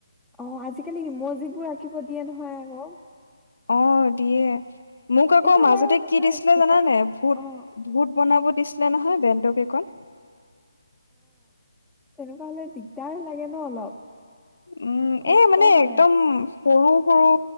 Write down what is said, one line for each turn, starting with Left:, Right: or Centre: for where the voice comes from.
Centre: অ আজিকালি ইমৌজিবোৰ আঁকিব দিয়ে নহয় আকৌ
Left: অ দিয়ে মোক আকৌ
Centre: এইটো
Left: মাজতে
Centre: বাৰু এনেকুৱা
Left: কি দিছিলে
Centre: ষ্টিকাৰ
Left: জানানে ভূত
Centre: অ
Left: ভূত বনাব দিছিলে নহয় বেন্ডৰ কেকত
Centre: তেনেকোৱা হলে দিগদাৰ লাগে ন অলপ
Left: উম
Centre: কষ্ট
Left: এই মানে
Centre: হয়
Left: একদম সৰু সৰু